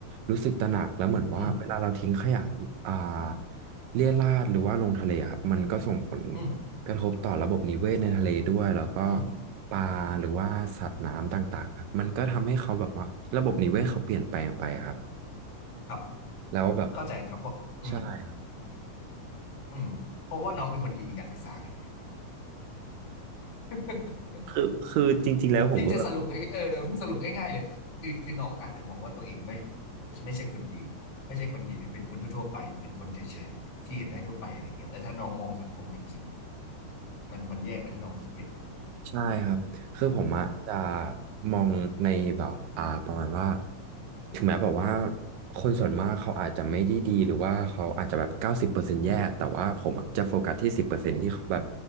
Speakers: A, on the right; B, on the left.
A: รู้สึกตระหนักแล้วเหมือนว่าเวลาเราทิ้งขยะอ่า
B: อืม
A: เรี่ยราดหรือว่าลงทะเลอะครับมันก็ส่งผล
B: อืม
A: กระทบต่อระบบนิเวศในทะเลด้วยแล้วก็
B: อืม
A: ปลาหรือว่าสัตว์น้ำต่างๆครับมันก็ทำให้เขาแบบว่าระบบนิเวศเขาเปลี่ยนแปลงไปครับ
B: ครับ
A: แล้วแบบ
B: เข้าใจครับเพราะอืม
A: ใช่ครับ
B: อืมเพราะว่าน้องเป็นคนดีมีการศึกษาไง <laughs>
A: คือคือจริงๆแล้วผมก็
B: พี่จะสรุปง่ายเออพี่สรุปง่ายๆเลยคือคือน้องอาจจะมองว่าตัวเองไม่ไม่ใช่คนดีไม่ใช่คนดีหรือเป็นคนทั่วๆไปเป็นคนเฉยๆที่เห็นได้ทั่วไปอะไรเงี้ยแต่ถ้าน้องมองสังคมจริงๆมันมันแย่กว่าที่น้องคิดเยอะ
A: ใช่ครับ คือผมอะจะมองในแบบอ่าประมาณว่าถึงแม้แบบว่าคนส่วนมากเขาอาจจะไม่ได้ดีหรือว่าเขาอาจจะแบบเก้าสิบเปอร์เซ็นต์แย่แต่ว่าผมอะจะโฟกัสที่สิบเปอร์เซ็นต์ที่เขาแบบ